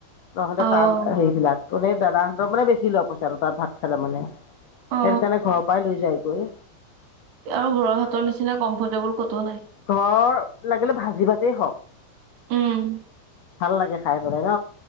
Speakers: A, on the left (about 80°); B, on the right (about 80°).
A: তহঁতে
B: অ',
A: তাৰ হেৰিবিলাক মানে দাদাহঁতৰ মানে বেছি লব পইচাটো তাত ভাত খালে মানে।
B: অ'।
A: সেই কাৰণে ঘৰৰ পৰাই লৈ যায়গৈ।
B: আৰু ঘৰৰ হাতৰ নিচিনা কমফৰ্টেবল ক'তো নাই।
A: ঘৰৰ লাগিলে ভাজি ভাতেই হওঁক।
B: উম।
A: ভাল লাগে খাই পেলাই ন।